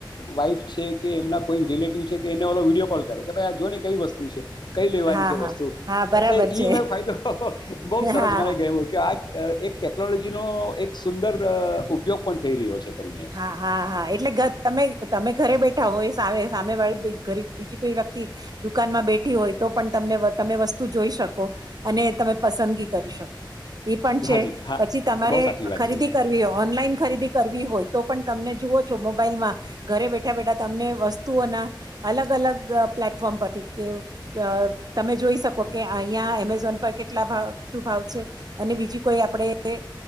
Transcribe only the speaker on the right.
હા
હા
હા બરાબર
છે
હા
હા હા હા એટલે તમે તમે ઘરે બેઠા હો એ સામે સામે વાળ ઘ બીજી કોઈ વખતિ દુકાનમાં બેઠી હોય તો પણ તમને તમે વસ્તુ જોઈ શકો અને તમે પસંદગી કરી શકો એ પણ છે
પછી તમારે
ખરીદી
કરવી હોય ઓનલાઈન ખરીદી કરવી હોય તો પણ તમને જુવ છો મોબાઈલમાં ઘરે બેઠા બેઠા તમને વસ્તુઓના અલગ અલગ પ્લેટફોર્મ પરથી કે તમે જોઈ શકો કે અહિયાં એમેઝોન પર કેટલા શું ભાવ છે અને બીજી કોઈ આપણે